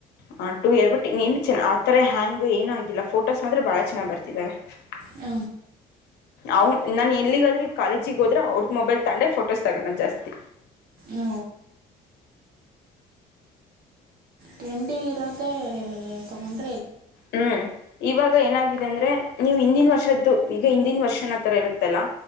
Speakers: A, on the left (about 80°); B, on the right (about 60°).
A: ಹ ಎರ್ಪಟ್ಟ <unintelligible> ನು ಚ ಆ ಥರ ಹ್ಯಾಂಗ್ ಏನುೂ ಆಗಿಲ್ಲ ಫೋಟೋಸ್ ಮಾತ್ರ ಬಹಳ ಚೆನ್ನ್ ಬರ್ತಿದಾವೆ <unintelligible>
B: ಹ
A: ಅವನ್ ನಾನ ಎಲ್ಲಿಗಾದ್ರೆ ಕಾಲೇಜಿಿಗೆ ಹೋದ್ರೆ ಅವ್ರದ ಮೊಬೈಲ್ ತಂಡೆ ಫೋಟೋಸ್ ತಗೋಣ ಜಾಸ್ತಿ.
B: ಹ ಟ್ರೆಂಡಿ ಇರೋದೆೇ ತಗೊಂಡ
A: ಹ್ಮ್ ಇವಾಗ ಏನ ಅಂದ್ರೆ ನೀವು ಹಿಂದಿನ ವರ್ಷದ್ದು ಈಗ ಹಿಂದಿನ ವರ್ಷನ ತರ ಇರುತ್ತಲ್ಲಾ